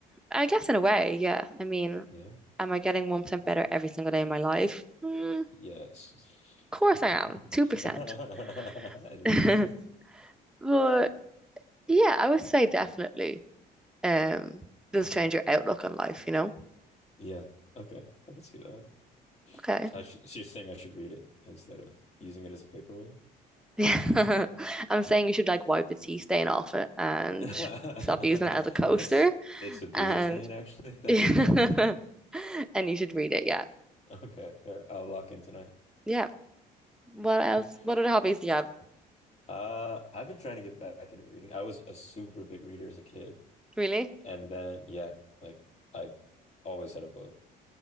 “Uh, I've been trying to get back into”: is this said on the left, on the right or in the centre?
Left